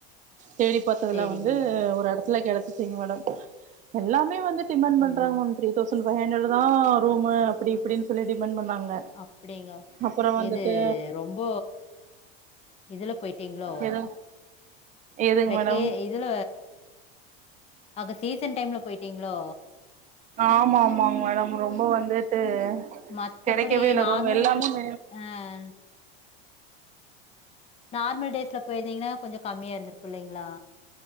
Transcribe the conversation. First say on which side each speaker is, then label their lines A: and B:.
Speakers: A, on the right; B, on the left.
A: தேடி பாத்ததுல
B: சேரிங்க
A: வந்து
B: மேடம்
A: ஒரு எடத்துல கெடச்சிச்சிங்க மேடம் எல்லாமே வந்து டிமேண்ட் பண்றாங்க
B: ம்
A: த்ரி தௌசண் ஃபை ஹண்ட்ரட் தா ரூமு அப்பிடி இப்பிடினு சொல்லி டிமேண்ட் பண்ணாங்க
B: அப்பிடிங்கொ
A: அப்றோ வந்துட்டு
B: இது ரொம்ப இதுல போயிட்டீங்ளோ
A: எது எதுங்க
B: வெக்கே
A: மேடம்
B: இதுல அங்க சீசன் டைம்ல பொயிட்டீங்ளோ
A: ஆமா ஆமாங்க மேடம் ரொம்ப வந்துட்டு
B: மத்தபடி
A: கெடைக்கவே இல்ல
B: நார்மல்
A: ரூமு எல்லாமே <inaudible>
B: அ நார்மல் டேஸ்ல போயிருந்திங்கனா கொஞ்சோ கம்மியா இருந்துருக்கு இல்லைங்களா